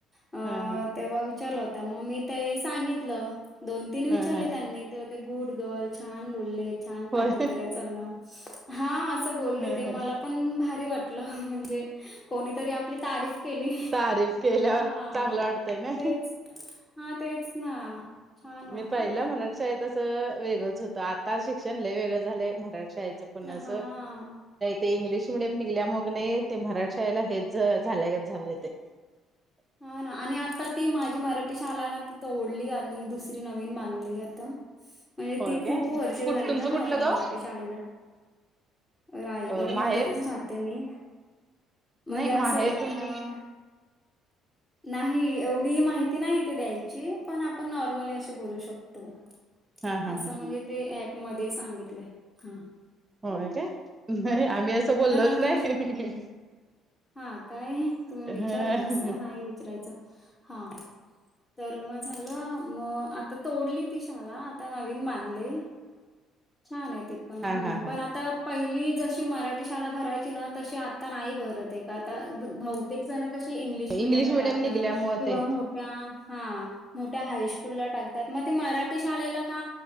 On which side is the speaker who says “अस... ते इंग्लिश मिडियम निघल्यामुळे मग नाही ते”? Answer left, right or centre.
Right